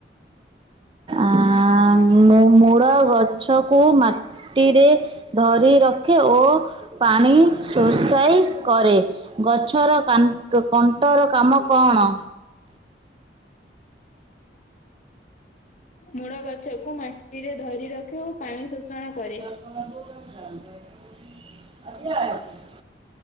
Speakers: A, on the right (about 30°); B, on the left (about 40°).
A: ଆ ମୂ-ମୂଳ ଗଛକୁ କୁ ମାଟିରେ ଧରି ରଖେ ଓ ପାଣି ଶୋଷାଇ କରେ। ଗଛ ଛର କାନ୍ କଣ୍ଟର କାମ କଣ?
B: ମୂଳ ଗଛକୁ ମାଟିରେ ଧରି ରଖେ ଓ ପାଣି ଶୋଷଣ କରେ।
A: <inaudible>